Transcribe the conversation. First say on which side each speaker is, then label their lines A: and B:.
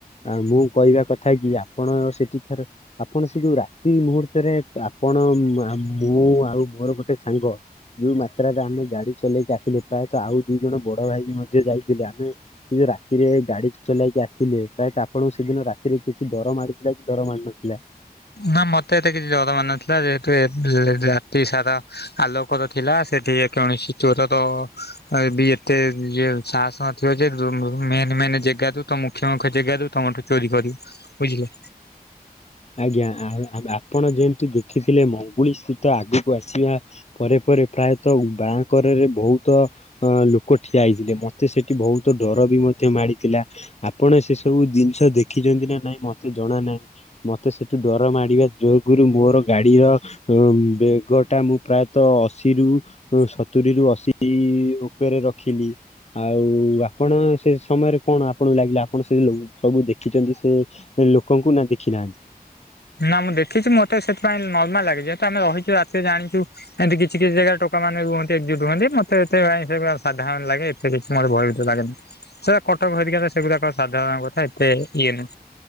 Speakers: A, on the left; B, on the left.
A: ଆ ମୁଁ କହିବା କଥା କି ଆପଣ ସେଠିକାର ଆପଣ ସେ ଯୋଉ ରାତି ମୁହୂର୍ତ୍ତରେ ଆପଣ ମୁଁ ଆଉ ମୋର ଗୋଟେ ସାଙ୍ଗ ଯୋଉ ମାତ୍ରାରେ ଆମେ ଗାଡି ଚଲେଇକି ଆସିଲେ ପ୍ରାୟତଃ ଆଉ ଦିଇ ଜଣ ବଡ ଭାଇ ମଧ୍ୟ ଯାଇଥିଲେ ଆମେ ଯୋଉ ରାତିରେଇ ଗାଡି ଚ ଚଲାଇକି ଆସଥିଲେ ପ୍ରାୟତ ଆପଣଙ୍କୁ ସେଦିନ ରାତିରେ କିଛି ଡର ମାଡିଥିଲା କି ଡର ମାାର ନଥିଲା?
B: ନା ମତେ ଏତେ କିଛି ଜର ମାନ ନଥିଲା ଯେହେତୁ ଏତେ ରାତି ସାରା ଆଲୋକର ଥିଲା ସେଠି କୌଣସି ଚୋର ର ଏ ଏତେ ଯେସାହସ ନଥିବ ଯେ ମେନ୍ ମେନ୍ ଜାଗା ରୁ ତ ମୁଖ ମୁଖ୍ୟ ଜାଗା ରୁ ତମଠୁ ଚୋରି କରି ବୁଝିଲେ
A: ଆଜ୍ଞା ଆପଣ ଯେମିତି ଦେଖିଥିଲେ ମଙ୍ଗୁଳି ସ୍ଥିତ ଆଗକୁ ଆସିବା ପରେ ପରେ ପ୍ରାୟତଃ ବାଁ କରରେ ବହୁତ ଅ ଲୋକ ଠିଆ ହେଇଥିଲେ ମତେ ସେଠି ବହୁତ ଡର ବି ମଧ୍ୟ ମାଡ଼ିଥିଲା ଆପଣ ସେ ସବୁ ଜିନିଷ ଦେଖିଛନ୍ତି ନା ନାଇଁ ମତେ ଜଣା ନାହିଁ ମତେ ସେଠୁ ଡର ମାଡିବା ଯେକରୁ ମୋର ଗାଡିର ବେଗ ଟା ମୁଁ ପ୍ରାୟତଃ ଅଶୀରୁ ସତୁରିରୁୁ ଅଶି ଉପରେ ରଖିଲି ଆଉ ଆପଣ ସେ ସମୟରେ କଣ ଆପଣଙ୍କୁ ଲାଗିଲା ଆପଣ ସେ ସବୁ ଦେଖିଛନ୍ତି ସେ ଲୋକଙ୍କୁ ନା ଦେଖି ନାହାନ୍ତି
B: ନା ମୁଁ ଦେଖିଛି ମତେ ସେଥିପାଇଁ ନର୍ମାଲ ଲାଗେ ଯେହେତୁ ଆମେ ରହିଛୁ ରାତିରେ ଜାଣିଛୁ ଏମିତି କିଛି କିଛି ଜାଗାରେ ଟୋକା ମାନେ ରୁହନ୍ତି ଏକଝୁଟ ହୁଅନ୍ତି ମତେ ଏଥିପାଇ ସାଧାରଣ ଲାଗେ ସେ କିଛି ମୋତେ ଭୟଭୀତ ଲାଗେନି ସେଟା କଟକ ହେଇ ସେଗୁଡ଼ାକ ସାଧାରଣଙ୍କ କଥା ଏତେ ଇଏ ନାହିଁ